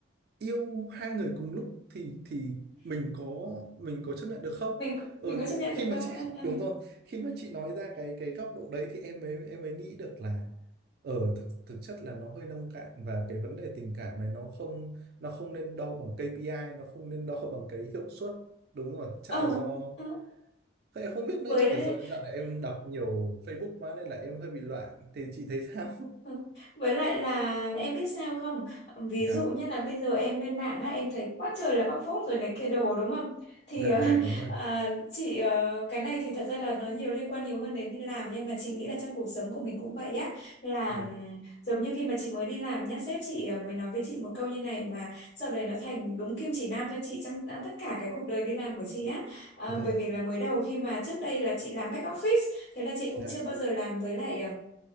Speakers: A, on the right (about 50°); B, on the left (about 60°).
A: yêu hai người cùng lúc thì thì mình có mình có chấp nhận được không
B: mình
A: ừ,
B: mình có chấp nhận
A: khi
B: được
A: mà
B: không
A: chị <laughs>
B: ờ
A: đúng rồi khi mà chị nói ra cái cái góc độ đấy thì em mới em mới nghĩ được là ở thực thực chất là nó hơi nông cạn và cái vấn đề tình cảm này nó không nó không nên đo bằng KPI nó không nên đo <laughs> bằng cái hiệu suất đúng rồi chắc
B: ờ <laughs>
A: là do
B: ờ ờ
A: Thế em không biết nữa
B: với
A: chắc là do dạo này em đọc nhiều Facebook quá nên là em hơi bị loạn thì chị thấy sao? <laughs>
B: Ừ. Với lại là em biết sao không? Ví
A: Dạ,
B: dụ như là bây giờ em lên mạng á, em thấy quá trời là bóc phốt rồi này kia đồ đúng không? Thì
A: dạ
B: ờ, <laughs>
A: đúng rồi.
B: à, chị ờ, cái này thì thật ra là nó nhiều liên quan nhiều hơn đến đi làm nhưng mà chị nghĩ là trong cuộc sống của mình cũng vậy á là
A: Dạ,
B: ừm, giống như khi mà chị mới đi làm nhá sếp chị ờ, mới nói với chị một câu như này mà sau đấy nó thành đúng kim chỉ nam cho chị trong à, tất cả cái cuộc đời đi làm của chị á Ờ,
A: dạ,
B: bởi vì là mới đầu khi mà trước đây là chị làm back office thế là chị cũng
A: dạ,
B: chưa bao giờ làm với lại